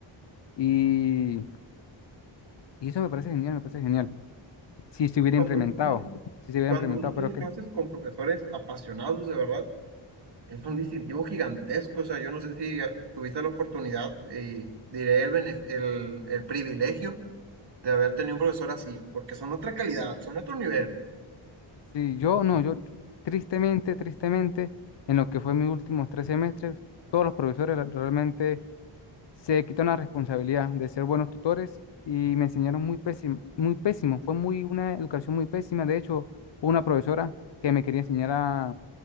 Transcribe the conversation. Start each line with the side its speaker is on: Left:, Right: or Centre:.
Left: y, y eso me parece genial, me parece genial. Si se hubiera
Right: Cuando
Left: implementado,
Right: uno tiene
Left: si se hubiera
Right: cuando
Left: implementado,
Right: uno tiene
Left: pero que
Right: clases con profesores apasionados, de verdad, es un distintivo gigantesco. O sea, yo no sé si eh, tuviste la oportunidad y diré el, bene- el, el privilegio de haber tenido un profesor así, porque son otra calidad, son otro nivel.
Left: Sí, yo no, yo tristemente, tristemente, en lo que fue mis últimos tres semestres, todos los profesores la- realmente se quitaron la responsabilidad de ser buenos tutores y me enseñaron muy pésimo, muy pésimo, fue muy una educación muy pésima. De hecho, hubo una profesora que me quería enseñar a,